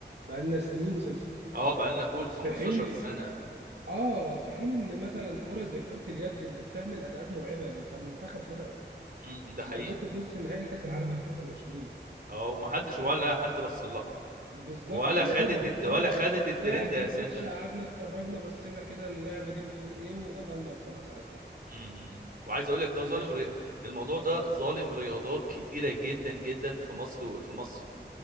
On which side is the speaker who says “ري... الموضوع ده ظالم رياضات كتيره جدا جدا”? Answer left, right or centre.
Right